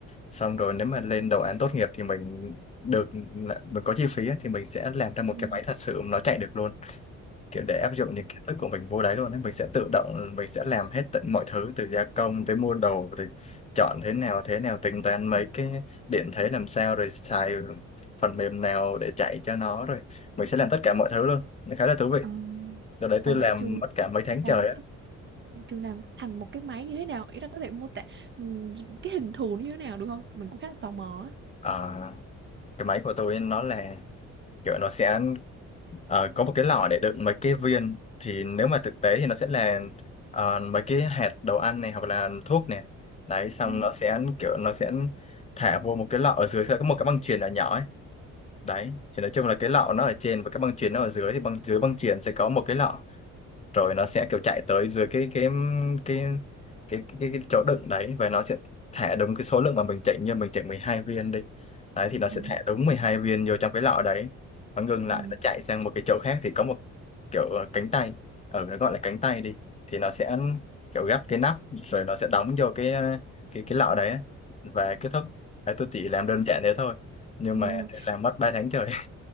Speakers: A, on the left (about 25°); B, on the right (about 40°).
A: xong rồi nếu mà lên đồ án tốt nghiệp thì mình được mình có chi phí ấy, thì mình sẽ làm ra một
B: Ừ.
A: cái máy thật sự nó chạy được luôn kiểu để áp dụng những kiến thức của mình vô đấy luôn ấy. Mình sẽ tự động mình sẽ làm hết tận mọi thứ từ gia công tới mua đồ rồi chọn thế nào thế nào tính toán mấy cái điện thế làm sao rồi xài phần mềm nào để chạy cho nó rồi mình sẽ làm tất cả mọi thứ luôn nó khá là thú vị
B: ừ.
A: rồi đấy
B: Ủa
A: tôi làm
B: vậy trường
A: mất cả mấy tháng
B: làm
A: trời á
B: cái trường làm thành một cái máy như thế nào? Ý là có thể mô tả ừm, cái hình thù nó như thế nào được không? Mình cũng khá là tò mò á.
A: Ờ, cái máy của tôi nó là kiểu nó sẽ ờ, có một cái lọ để đựng mấy cái viên thì nếu mà thực tế thì nó sẽ là ờ, mấy cái hạt đồ ăn này hoặc là thuốc này đấy xong
B: Ừ.
A: nó sẽ kiểu nó sẽ thả vô một cái lọ ở dưới sẽ có một cái băng chuyền nhỏ nhỏ ấy đấy thì nói chung là cái lọ nó ở trên và cái băng chuyền nó ở dưới thì băng dưới băng chuyền sẽ có một cái lọ rồi nó sẽ kiểu chạy tới dưới cái cái cái cái cái, cái chỗ đựng đấy và nó sẽ thả đúng cái số lượng mà mình chỉnh như mình chỉnh 12 viên đi đấy thì nó sẽ
B: Ừ.
A: thả đúng 12 viên vô trong cái lọ đấy nó ngừng
B: Ừ.
A: lại nó chạy sang một cái chỗ khác thì có một kiểu ờ, cánh tay ở nó gọi là cánh tay đi thì nó sẽ kiểu gấp cái nắp rồi nó sẽ đóng vô cái ờ, cái cái lọ đấy á. và kết thúc đấy, tôi chỉ làm đơn giản thế thôi nhưng
B: Ờ.
A: mà làm mất ba tháng trời